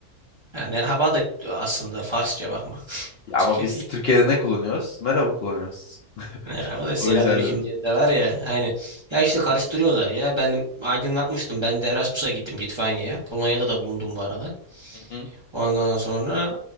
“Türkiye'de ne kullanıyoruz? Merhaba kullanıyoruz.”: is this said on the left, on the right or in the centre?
Left